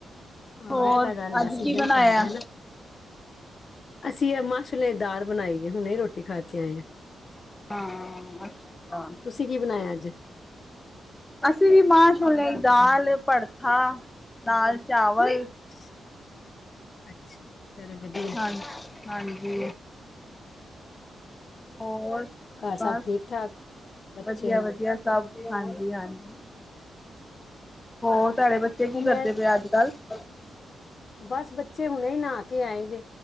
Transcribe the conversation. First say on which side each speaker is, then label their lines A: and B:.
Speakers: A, on the left; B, on the left.
A: ਹਾਂ
B: ਹੋਰ
A: ਇਹ ਤਾਂ ਗੱਲ ਹੈ
B: ਅੱਜ
A: ਸੀਜਨ
B: ਕੀ ਬਣਾਇਆ?
A: ਚੱਲ ਰਿਹਾ ਨਾ। ਅਸੀਂ ਏ ਮਾਹ ਛੋਲਿਆਂ ਦੀ ਦਾਲ ਬਣਾਈ ਏ ਹੁਨੇ ਰੋਟੀ ਰੋਟੀ ਖਾ ਕੇ ਆਏ ਆ।
B: ਹਾਂ ਅੱਛਾ
A: ਤੁਸੀਂ ਕੀ ਬਣਾਇਆ ਅੱਜ?
B: ਅਸੀਂ ਵੀ ਮਾਂ ਛੋਲਿਆ ਈ ਦਾਲ, ਪੜਥਾ ਨਾਲ ਚਾਵਲ
A: ਛ ਅੱਛਾ ਚਲੋ ਵਧੀਆ।
B: ਹਾਂ ਹਾਂਜੀ। ਹੋਰ
A: ਘਰ
B: ਬਸ
A: ਸਭ ਠੀਕ ਠਾਕ ਬੱਚੇ
B: ਵਧੀਆ-ਵਧੀਆ। ਸਭ ਜੀ ਹਾਂਜੀ-ਹਾਂਜੀ। ਹੋਰ ਤਾਡੇ ਬੱਚੇ ਕੀ
A: ਉਹ ਮੈਂ
B: ਕਰਦੇ ਪਏ ਅੱਜ-ਕੱਲ੍ਹ
A: ਬਸ ਬੱਚੇ ਹੁਣੇ ਨਹਾ ਕੇ ਆਏ ਜੇ